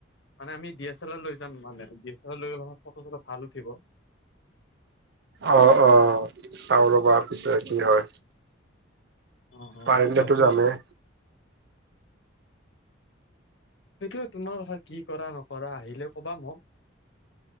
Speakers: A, on the left; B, on the right.
A: মানে আমি ডি এছ এল আৰ লৈ যাম মানে ডি এছ এল আৰ লৈ গ'লে মানে ফটো-চটো ভাল উঠিব।
B: অঁ' অঁ' চাওঁ ৰ'বা পিছে কি হয়।
A: অ অ
B: পাৰিলেতো
A: বাকী
B: যামেই।
A: সেইটোয়ে, তোমাৰ কথা কি কৰা নকৰা আহিলে কবা মোক।